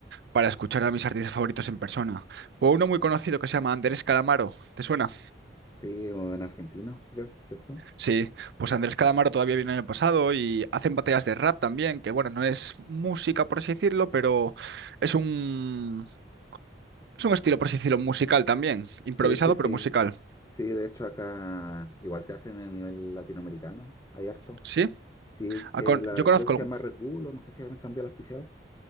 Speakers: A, on the right (about 60°); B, on the left (about 20°).
A: para escuchar a mis artistas favoritos en persona. Fue uno muy conocido que se llama Andrés Calamaro. ¿Te suena?
B: Sí, o en argentino, creo, ¿cierto?
A: Sí, pues Andrés Calamaro todavía viene el año pasado y hacen batallas de rap también, que bueno, no es música por así decirlo, pero es un, es un estilo por así decirlo musical también.
B: Sí,
A: Improvisado
B: sí, sí.
A: pero musical.
B: Sí, de hecho acá igual se hacen a nivel latinoamericano, hay harto.
A: ¿Sí?
B: Sí,
A: A
B: eh,
A: con-
B: la,
A: Yo conozco
B: creo que
A: algún-
B: se llama Red Bull, o no sé si habrán cambiado el auspiciador.